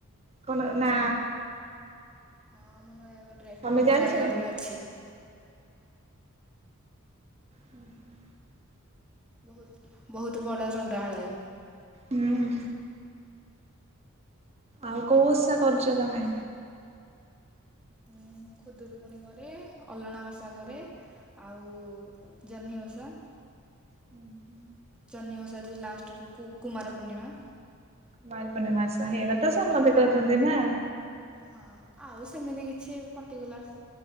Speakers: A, on the right; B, in the centre.
A: କଣ ନା।
B: ହଁ ଆମ ନୟାଗଡ଼୍ରେ
A: ତମେ
B: ଆମ
A: ଜାଣିଛ?
B: ନୟାଗଡ଼୍ରେ ଅଛି।
A: ହୁଁ ହୁଁ।
B: ବୋହୁତ୍ ବୋହୁତ୍ ବଡ଼ ସଂଗ୍ରହାଳୟ।
A: ହୁଁ। ଆଉ କୋଉ ଓଷା କର୍ଚ ତମେ।
B: ମୁଁ ଖୁଦୁରୁକୁୁଣି କରେ ଅଲଣା ଓଷା କରେ। ଆଉ ଜହ୍ନି ଓଷା।
A: ହୁଁ ହୁଁ।
B: ଜହ୍ନି ଓଷା ଯୋଉ ଲାଷ୍ଟକୁ କୁ କୁମାର ପୂର୍ଣ୍ଣିମା।
A: କୁଆଁର ପୂର୍ଣ୍ଣିମା ଓଷା ଏରା ତ ସମସ୍ତେ କରନ୍ତି ନା।
B: ହଁ ଆଉ ସେମିତି କିଛି ପଟିକୁଲାର୍